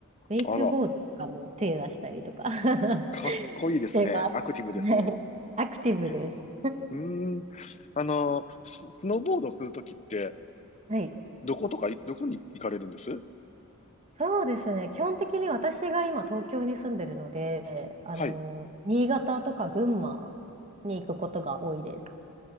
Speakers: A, on the right (about 30°); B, on the left (about 30°).
A: ェイクボードとかも手出したりとか
B: あら、
A: <laughs> し
B: かっこいいですね。
A: てます。
B: アクティブですね。
A: はいアクティブです。
B: へうーん。あのーススノーボードするときって、
A: はい。
B: どことかい、どこに行かれるんです
A: そうですね。基本的に私が今東京に住んでるので、あの、
B: はい。
A: 新潟とか群馬に行くことが多いです。